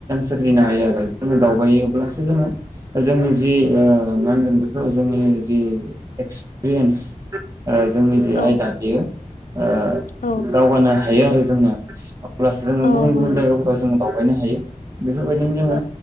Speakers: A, on the right; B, on the left.
A: सोरजिनो हायो आरो जोङो दावबायोब्लासो जोङो जोंनि जि ओ मा होनगोन बेखौ जोंनि जि एक्सपिरियेन्स ओ जोंनि जे
B: औ
A: आयदा बेयो ओ
B: औ
A: दावगानो हायो आरो जोङो अब्लासो जोङो
B: औ
A: गुबुन
B: नंगौ
A: गुबुन जायगाफोराव जोङो दावबायनो हायो। बेफोरबायदिनो जोङो
B: औ